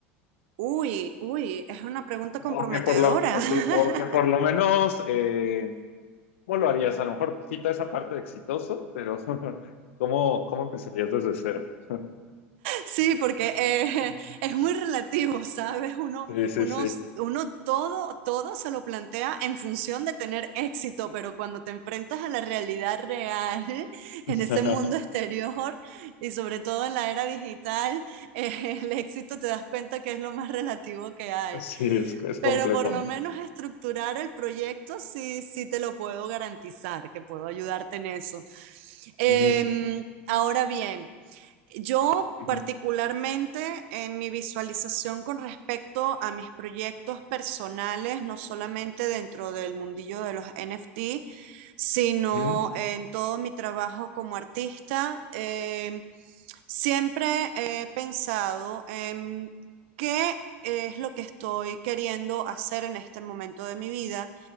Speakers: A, on the right (about 70°); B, on the left (about 80°).
A: Uy, uy, es una pregunta comprometedora.
B: O que por lo,
A: <laughs>
B: o que por lo menos... eh, ¿Cómo lo harías? A lo mejor quita esa parte de exitoso, pero <laughs> ¿cómo, cómo empezarías desde cero? <laughs>
A: Sí, porque eh, <laughs> es muy relativo, ¿sabes? Uno,
B: Sí, sí,
A: uno,
B: sí.
A: uno todo, todo se lo plantea en función de tener éxito, pero cuando te enfrentas a la realidad real, <laughs>
B: <laughs>
A: en ese mundo exterior y sobre todo en la era digital, <laughs> eh, el éxito te das cuenta que es lo más relativo que hay.
B: Sí, es, es complejo,
A: Pero por lo
B: ¿no?
A: menos estructurar el proyecto sí, sí te lo puedo garantizar, que puedo ayudarte en eso. Em,
B: Ujú,
A: ahora bien. Yo
B: ujú,
A: particularmente en mi visualización con respecto a mis proyectos personales, no solamente dentro del mundillo de los NFT, sino
B: ujú,
A: en todo mi trabajo como artista, eh, siempre he pensado en qué es lo que estoy queriendo hacer en este momento de mi vida